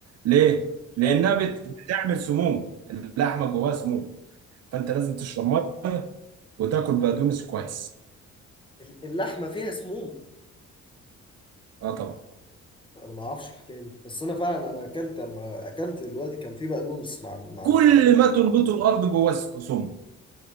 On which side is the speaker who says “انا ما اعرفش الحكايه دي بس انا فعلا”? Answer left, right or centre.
Left